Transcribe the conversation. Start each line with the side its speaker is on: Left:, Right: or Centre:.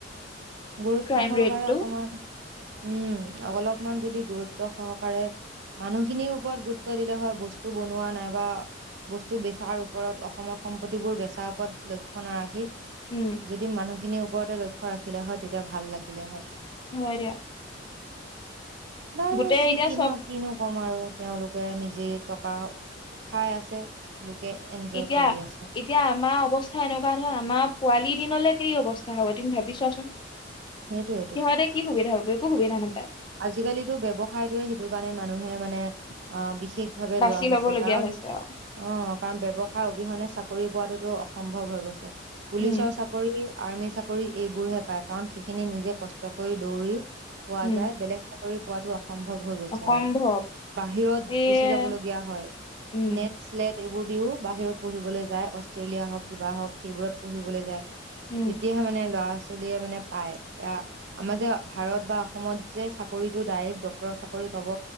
Right: গুৰুত্ব
Left: ক্ৰাইম
Right: সহকাৰে
Left: ৰেটটো
Right: অকমান উম, অলপমান যদি। গুৰুত্ব সহকাৰে মানুহখিনিৰ ওপৰত গুৰুত্ব দিলে হয় বস্তু বনোৱা নাইবা বস্তু বেচাৰ ওপৰত অসমৰ সম্পত্তিবোৰ বেচাৰ ওপৰত লক্ষ্য নাৰাখি।
Left: উম
Right: যদি মানুহ মানুখিনিৰ ওপৰতে লক্ষ্য ৰাখ থাকিলে হয় তেতিয়া ভাল লাগিলে হয়।
Left: হয় দিয়া।
Right: বাৰু
Left: গোটেই
Right: যি
Left: এতিয়া
Right: কিনক
Left: চব
Right: কিনো কম। মই আৰু তেওঁলোকে নিজে টকা খাই আছে। এনজয়
Left: এতিয়া,
Right: কৰি আছে
Left: এতিয়া আমাৰ অৱস্থা এনেকুৱা নহয় আমাৰ পোৱালি দিনলে কি অৱস্থা হ'ব তুমি ভাবিছোৱাচোন?
Right: সেইটোৱেটো
Left: সিহঁতে কি সুবিধা হব একো সুবিধা নাপায়।
Right: আজিকালিতো ব্যৱসায়টোয়ে সেইটো কাৰণে মানুহে মানে অ', বিশষ বিশেষ ভাৱে
Left: বাছি
Right: লোৱা হৈছে
Left: লব লগীয়া
Right: কাৰণ
Left: হৈছে আৰু
Right: অ', কাৰণ ব্যৱসায় অবিহনে চাকৰি পোৱাতটোতো অসম্ভৱ হৈ গৈছে। পুলিচৰ
Left: উম
Right: চাকৰি আৰ্মি চাকৰি এইবোৰহে পায় কাৰণ সেইখিনি নিজে কষ্ট কৰি দৌৰি
Left: উম
Right: বেলেগ কৰি পোৱাতটো। সম্ভৱ হৈ গৈছে
Left: অসম্ভৱ
Right: আৰু বাহিৰত
Left: এয়া
Right: গুচি যাবলগীয়া হয়
Left: উম
Right: নেট চ্লেট এইবোৰ দিও বাহিৰত পঢ়িবলৈ যায়। অষ্ট্ৰেলিয়া হওঁক কিবা হওঁক সেইবোৰত পঢ়িবলৈ যায়।
Left: উম
Right: তেতিয়াহে মানে লৰা-ছোৱালী। অষ্ট্ৰিয়া মানে পায় এয়া আমাৰ যে ভাৰত বা অসমত। যে চাকৰিতটো ডাইৰেক্ট ডক্ট্ৰৰৰ চাকৰি পাব